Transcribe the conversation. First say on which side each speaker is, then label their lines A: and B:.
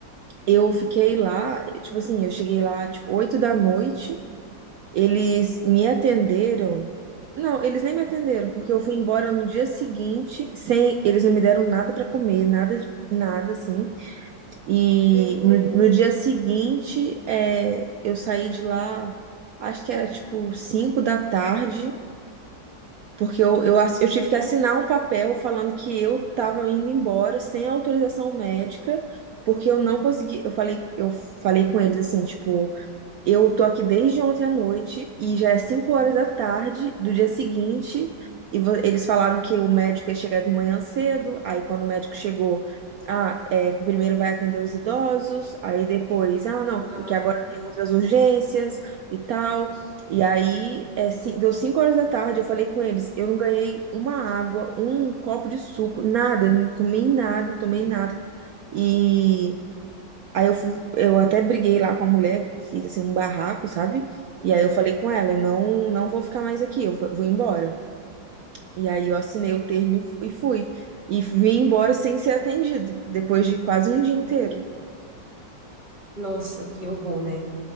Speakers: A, on the right; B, on the right.
A: eu fiquei lá, tipo assim, eu cheguei lá, tipo, 8 da noite. Eles me atenderam. Não, eles nem me atenderam, porque eu fui embora no dia seguinte, sem, eles não me deram nada pra comer, nada de nada assim. E
B: Meu Deus.
A: no, no dia seguinte, é, eu saí de lá, acho que era tipo 5 da tarde, porque eu, eu, ass- eu tive
B: Meu...
A: que assinar um papel falando que eu tava indo embora sem autorização médica, porque eu não consegui, eu falei, eu falei com eles assim, tipo, eu tô aqui desde ontem à noite e já é 5 horas da tarde do dia seguinte. E vo- eles falaram que o médico ia chegar de manhã cedo. Aí, quando o médico chegou, ah, é que primeiro vai atender os idosos. Aí depois, ah, não,
B: Ai,
A: porque agora tem outras urgências e tal. E aí, é, ci- deu 5 horas da tarde. Eu falei com eles: eu não ganhei uma água, um copo de suco, nada, não comi nada, tomei nada. E. Aí eu, fui- eu até briguei lá com a mulher, fiz assim um barraco, sabe?
B: sim.
A: E aí eu falei com ela, eu não, não vou ficar mais aqui, eu fa- vou embora. E aí eu assinei o termo e fu- e fui. E vim embora sem ser atendido, depois de quase um dia inteiro.
B: Meu Deus. Nossa, que horror, né?